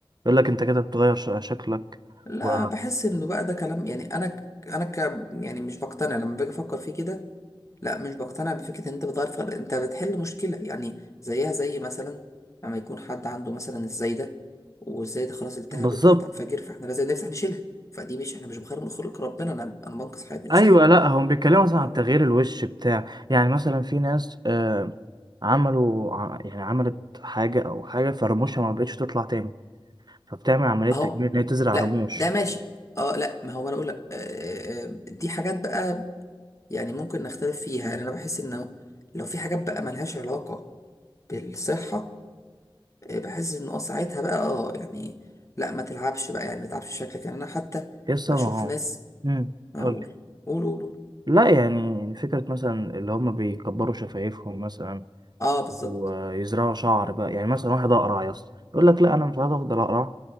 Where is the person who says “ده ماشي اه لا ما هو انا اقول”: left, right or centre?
Left